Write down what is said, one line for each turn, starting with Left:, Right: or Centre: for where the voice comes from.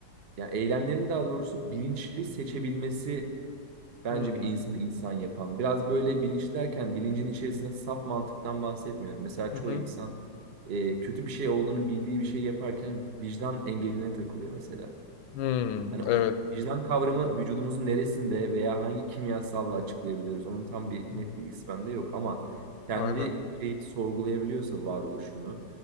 Right: ya eylemlerin daha doğrusu bilinçli seçebilmesi bence
Left: Hmm.
Right: bir insanı insan yapan. Biraz böyle bilinçli derken bilincin içerisine saf mantıktan bahsetmiyorum. Mesela
Left: Hı
Right: çoğu
Left: hı.
Right: insan e, kötü bir şey olduğunu bildiği bir şey yaparken vicdan engeline takılıyor mesela.
Left: Hmm.
Right: Hani o
Left: Evet.
Right: vicdan kavramı vücudumuzun neresinde veya hangi kimyasalla açıklayabiliyoruz? Onun tam bir
Left: Hı
Right: net
Left: hı.
Right: bilgisi bende yok ama kendi
Left: Aynen.
Right: şeyi sorgulayabiliyorsa varoluşunu,